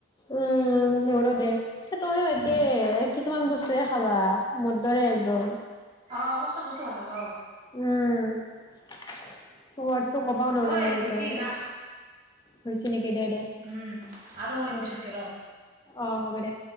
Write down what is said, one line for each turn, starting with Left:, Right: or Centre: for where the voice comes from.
Left: উম, মোৰো দে তয়ো একে
Right: উম
Left: কিছুমান বস্তুৱেই খাৱা। মোৰ দৰে একদম।
Right: অ', মই চব বস্তু ভাল নাপাওঁ।
Left: উম, সোৱাদটো কবাও নোৱাৰো
Right: ঐ
Left: না ইয়াতে
Right: হৈছি
Left: আৰু।
Right: ৰাস
Left: হৈছে নেকি দে দে।
Right: উম, আৰু কৰিম
Left: অ
Right: পিছতকে ৰ'।
Left: অ', হ'ব দে।